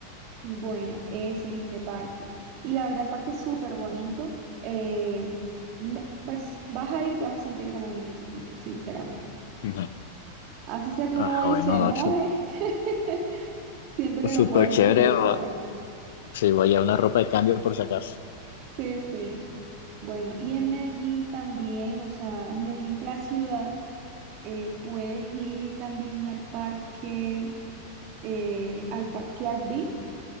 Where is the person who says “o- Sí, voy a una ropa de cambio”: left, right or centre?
Left